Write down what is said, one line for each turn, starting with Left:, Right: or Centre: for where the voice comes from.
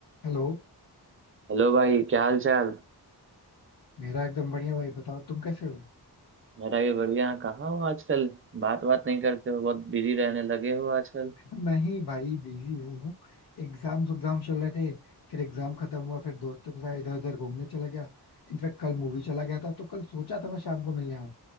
Left: Hello
Right: हेलो भाई क्या हाल चाल
Left: मेरा एकदम बढ़िया भाई बताओ तुम कैसे हो
Right: मेरा ये बढ़िया कहाँ हो आजकल बात बात नहीं करते हो बहुत बिजी रहने लगे हो आजकल
Left: <laughs> मैं ही भाई बिजी हुई हूँ एग्जाम्स एग्जाम चल रहे थे फिर एग्जाम खत्म हुआ फिर दोस्तों के साथ इधर उधर घूमने चला गया इनफैक्ट कल मूवी चला गया था तो कल सोचा था मैं शाम को मिलने आऊँ